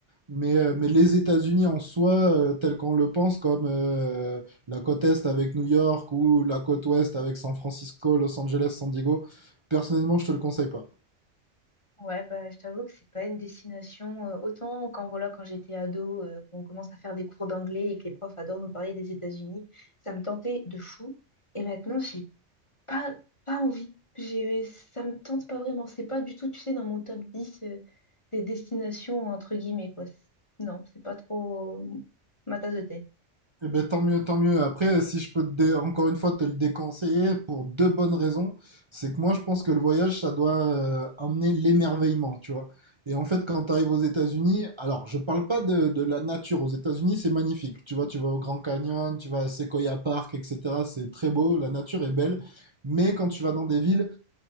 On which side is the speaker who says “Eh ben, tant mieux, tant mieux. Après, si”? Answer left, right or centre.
Right